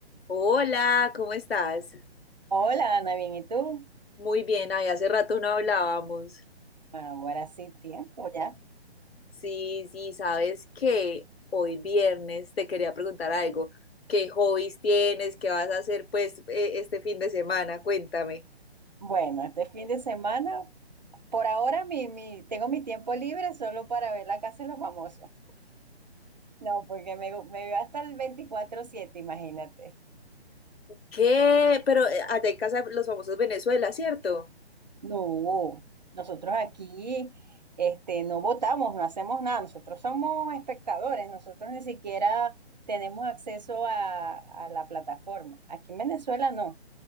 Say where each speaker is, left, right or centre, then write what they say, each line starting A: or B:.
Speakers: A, on the left; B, on the right.
A: Hola, ¿cómo estás?
B: Hola, Ana, bien, ¿y tú?
A: Muy bien, ay, hace rato no hablábamos.
B: Ahora sí, tiempo ya.
A: Sí, sí, sabes que hoy viernes te quería preguntar algo. ¿Qué hobbies tienes? ¿Qué vas a hacer pues eh, este fin de semana? Cuéntame.
B: Bueno, este fin de semana, por ahora mi, mi, tengo mi tiempo libre solo para ver la casa de los famosos. No, porque me, gu- me veo hasta el veinticuatro siete imagínate.
A: ¿Qué? Pero eh, allá en casa de los famosos Venezuela, ¿cierto?
B: No, nosotros aquí este, no votamos, no hacemos nada, nosotros somos espectadores, nosotros ni siquiera tenemos acceso a, a la plataforma. Aquí en Venezuela no.